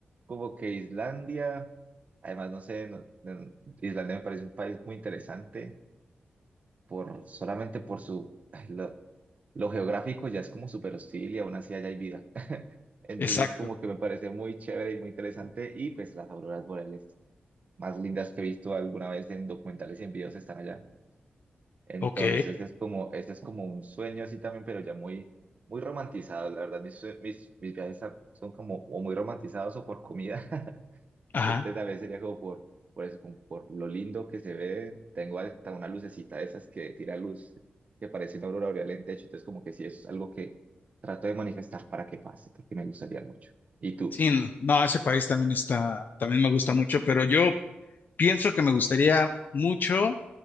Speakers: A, on the right; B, on the left.
A: como que Islandia, además, no sé, no- no- Islandia me parece un país muy interesante por solamente por su, ay, lo, lo geográfico ya es como súper hostil y aún así allá hay vida. <laughs> Entonces,
B: exacto,
A: como que me parece muy chévere y muy interesante y pues las auroras boreales más lindas que he visto alguna vez en documentales y en videos están allá. Entonces
B: ok,
A: es como, ese es como un sueño así también, pero ya muy, muy romantizado. La verdad, mis, sue- mis, mis viajes a- son como o muy romantizados o por comida. <laughs>
B: ajá.
A: Este tal vez sería como por, por eso, como por lo lindo que se ve. Tengo hasta una lucecita de esas que tira luz, que parece una aurora boreal en techo. Entonces como que sí, es algo que trato de manifestar para que pase, porque me gustaría mucho. ¿Y tú?
B: Sí, no, ese país también está, también me gusta mucho, pero yo Pienso que me gustaría mucho